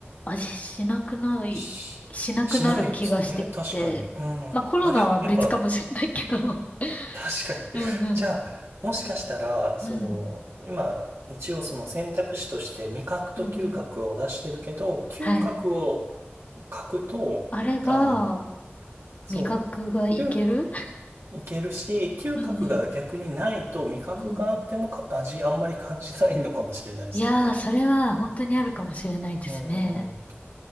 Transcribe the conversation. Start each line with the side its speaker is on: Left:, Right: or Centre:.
Left: 味しなくない、
Right: し、
Left: しなくなる気がしてきて。
Right: しないですね。確かに。うん。
Left: まあコロナは別かもしれないけど。
Right: あれ、やっぱ
Left: <laughs>
Right: 確かに。
Left: うんうん
Right: <laughs> じゃあ、もしかしたら、その、
Left: うん。うん。
Right: 今、一応その選択肢として味覚と嗅覚を出してるけど、
Left: うんうん。
Right: 嗅覚を書くと、
Left: はい。あれば、
Right: あの、そう、
Left: 味覚がいける
Right: 嗅、いけるし、嗅覚が逆にないと味覚があってもか味あんまり感じないのかもしれないですよね。
Left: うんうん。うんうん。いやー、それは本当にあるかもしれないですね。
Right: うん。